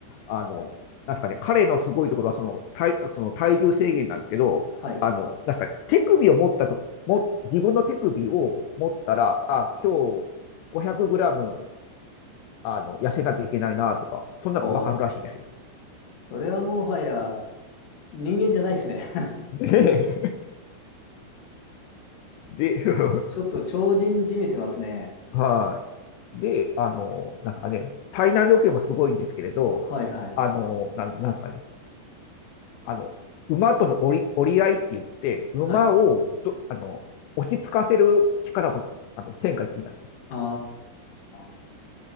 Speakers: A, on the left; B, on the left.
A: あの、なんですかね、彼のすごいところはその体、その体重制限なんですけど、
B: はい。
A: あの、なんですかね、手首を持ったと、も、自分の手首を持ったら、あ、今日500グラム、あの、痩せなきゃいけないなとか、そんなのがわかるらしいんですよ。
B: おー。それはもはや、人間じゃないですね。
A: <laughs> で、で、<laughs>
B: <laughs> ちょっと超人じみてますね。
A: はい。で、あの、なんですかね、体内時計もすごいんですけれど、
B: はいはい。
A: あの、なん、なんですかね、あの、馬との折り、折り合いって言って、馬をど、
B: はい。
A: あの、落ち着かせる力も、あの、天下一品なんですよ。
B: ああ。